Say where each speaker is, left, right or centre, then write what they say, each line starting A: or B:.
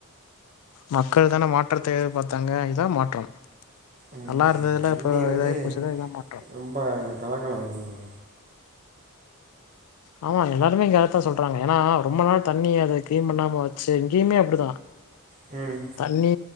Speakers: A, on the left; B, on the right.
A: மக்கள் தானே மாற்றத்தை எதிர்பாத்தாங்க இதா மாற்றம்
B: ம்
A: நல்லா இருந்ததுல
B: தண்ணி
A: இப்ப
B: வந்து
A: இதா போய்ச்சுல இதா மாற்றம்
B: ரொம்ப கலங்களா வருது ப்ரோ
A: ஆமா எல்லாருமே இங்க அதத்தா சொல்றாங்க ஏனா ரொம்ப நாள் தண்ணி அத க்ளீன் பண்ணாம வெச்சி இங்கேயுமே அப்புடிதா
B: ம்
A: தண்ணி